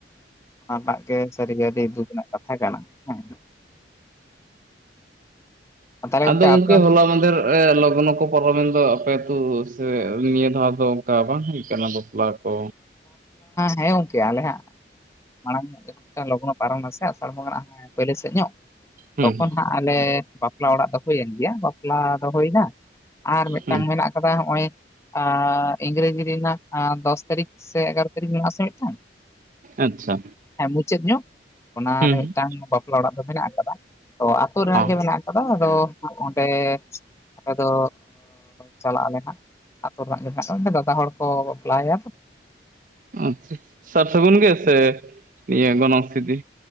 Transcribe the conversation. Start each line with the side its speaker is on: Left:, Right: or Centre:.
Left: ᱚᱱᱟ ᱴᱟᱜ ᱜᱮ ᱥᱟᱹᱨᱤ ᱜᱮ ᱟᱹᱰᱤ ᱫᱩᱠ ᱨᱮᱱᱟᱜ ᱠᱟᱛᱷᱟ ᱠᱟᱱᱟ ᱦᱮᱸ ᱦᱮᱸ ᱛᱟᱦᱚᱞᱮ
Right: ᱟᱫᱚ ᱜᱚᱝᱠᱮ
Left: ᱟᱯᱮ ᱚᱱᱛᱮ
Right: ᱦᱚᱞᱟ ᱢᱟᱫᱷᱮᱨ ᱞᱚᱜᱽᱱᱚ ᱯᱚᱞᱚᱢᱮᱱ ᱫᱚ ᱟᱯᱮ ᱟᱹᱛᱩ ᱥᱮ ᱱᱤᱭᱟᱹ ᱫᱷᱟᱣ ᱫᱚ ᱚᱱᱠᱟ ᱵᱟᱝ ᱵᱟᱯᱞᱟ ᱠᱚ
Left: ᱦᱮᱸ ᱜᱚᱝᱠᱮ ᱟᱞᱮ ᱦᱟᱜ ᱢᱟᱲᱟᱝ ᱧᱚᱜ ᱢᱤᱫ ᱴᱟᱝ ᱞᱚᱜᱱᱚ ᱯᱟᱨᱚᱢ ᱱᱟᱥᱮ ᱟᱥᱟᱲ ᱵᱚᱸᱜᱟ ᱱᱟᱜ ᱯᱳᱭᱞᱳ ᱥᱮᱫ ᱧᱚᱜ
Right: ᱦᱩᱸ
Left: ᱛᱚᱠᱷᱚᱱ ᱦᱟᱸᱜ ᱟᱞᱮ ᱵᱟᱯᱞᱟ ᱚᱲᱟᱜ ᱫᱚ ᱦᱩᱭᱮᱱ ᱜᱮᱭᱟ ᱵᱟᱯᱞᱟ ᱫᱚ ᱦᱩᱭᱱᱟ, ᱟᱨ ᱢᱤᱫᱴᱟᱝ
Right: ᱦᱩᱸ
Left: ᱢᱮᱱᱟᱜ ᱟᱠᱟᱫᱟ ᱦᱚᱜ-ᱚᱭ ᱟᱻ ᱤᱝᱨᱮᱡᱤ ᱨᱮᱱᱟᱜ ᱫᱚᱥ ᱛᱟᱨᱤᱠᱷ ᱥᱮ ᱮᱜᱟᱨᱚ ᱛᱟᱹᱨᱤᱠᱷ ᱢᱮᱱᱟᱜ ᱟᱥᱮ ᱢᱤᱫᱴᱟᱝ ᱾
Right: ᱟᱪᱪᱷᱟ,
Left: ᱦᱮᱸ ᱢᱩᱪᱟᱹᱫ ᱧᱚᱜ ᱚᱱᱟᱨᱮ
Right: ᱦᱩᱸ
Left: ᱢᱤᱫᱴᱟᱝ ᱵᱟᱯᱞᱟ ᱚᱲᱟᱜ ᱫᱚ ᱢᱮᱱᱟᱜ ᱟᱠᱟᱫᱟ ᱛᱚ ᱟᱛᱳ ᱨᱮᱱᱟᱜ
Right: ᱚ
Left: ᱜᱮ ᱢᱮᱱᱟᱜ ᱟᱠᱟ ᱟᱫᱚ ᱚᱸᱰᱮ ᱟᱞᱮ ᱫᱚ ᱪᱟᱞᱟᱜ ᱟᱞᱮ ᱦᱟᱸᱜ ᱾ ᱟᱛᱳ ᱨᱮᱱᱟᱜ ᱜᱮ ᱫᱟᱫᱟ ᱦᱚᱲ ᱠᱚ ᱵᱟᱯᱞᱟ ᱟᱭᱟ ᱾
Right: ᱟᱪᱪᱷᱟ ᱥᱟᱨ ᱥᱟᱹᱜᱩᱱ ᱜᱮ ᱥᱮ ᱤᱭᱟᱹ ᱜᱚᱱᱚᱥᱝᱥ ᱛᱷᱤᱛᱤ